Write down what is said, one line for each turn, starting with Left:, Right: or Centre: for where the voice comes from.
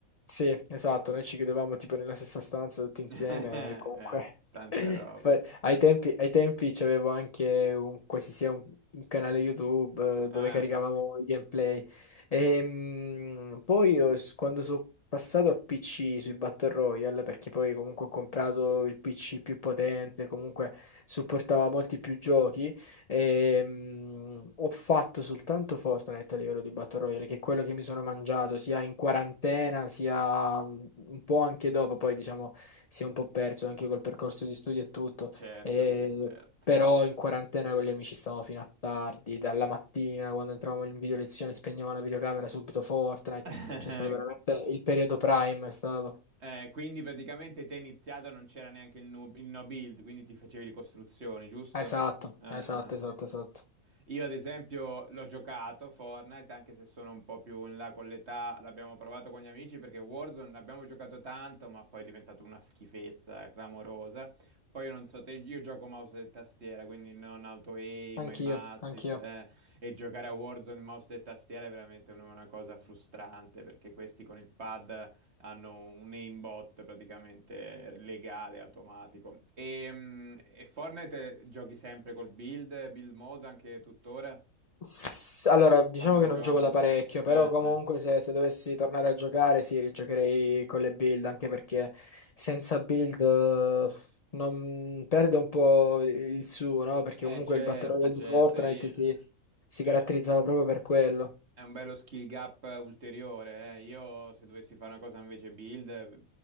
Left: Sì, esatto, noi ci chiudevamo tipo nella stessa stanza tutti
Right: <laughs>
Left: insieme
Right: Eh,
Left: e comunque
Right: tanta
Left: <laughs>
Right: roba.
Left: fa- ai tempi, ai tempi c'avevo anche un, quasi sia un, un canale YouTube eh,
Right: Ah,
Left: dove caricavamo i gameplay. Ehm, poi io s- quando sono passato a PC sui Battle Royale, perché poi comunque ho comprato il PC più potente, comunque supportava molti più giochi, Ehm, ho fatto soltanto Fortnite a livello di Battle Royale, che è quello che mi sono mangiato sia in quarantena, sia mm, un po' anche dopo, poi diciamo si è un po' perso anche col percorso di studio e tutto.
Right: certo,
Left: Eh,
Right: certo.
Left: però in quarantena con gli amici stavamo fino a tardi, dalla mattina quando entravamo in video lezione spegnevamo la videocamera subito Fortnite,
Right: <laughs>
Left: c'è stato veramente il periodo prime, è stato.
Right: Eh, quindi praticamente te iniziato non c'era neanche il, nu- il no build, quindi ti facevi le costruzioni, giusto?
Left: Esatto,
Right: Ah,
Left: esatto,
Right: ah, ah.
Left: esatto, esatto.
Right: Io ad esempio l'ho giocato Fortnite, anche se sono un po' più in là con l'età, l'abbiamo provato con gli amici perché Warzone l'abbiamo giocato tanto, ma poi è diventato una schifezza eh, clamorosa. Poi io non so te, io gioco mouse e tastiera, quindi non auto aim,
Left: Anch'io,
Right: aim assist,
Left: anch'io.
Right: eh, e giocare a Warzone mouse e tastiera è veramente una una cosa frustrante perché questi con il pad hanno un aimbot praticamente legale, automatico. E, mh, e Fortnite eh, giochi sempre col build, build mode anche tuttora,
Left: S- Allora, diciamo
Right: quando rigiochi,
Left: che non gioco da
Right: diciamo.
Left: parecchio, però
Right: Eh,
Left: comunque
Right: eh.
Left: se, se dovessi tornare a giocare, sì, rigiocherei con le build, anche perché senza build eh, non- perde un po' il suo, no? Perché
Right: Eh,
Left: comunque
Right: certo,
Left: il Battle Royale
Right: certo.
Left: di Fortnite
Right: eh,
Left: si, si
Right: eh,
Left: caratterizzava proprio per quello.
Right: è un bello skill gap ulteriore. eh. Io se dovessi fare una cosa invece build, eh,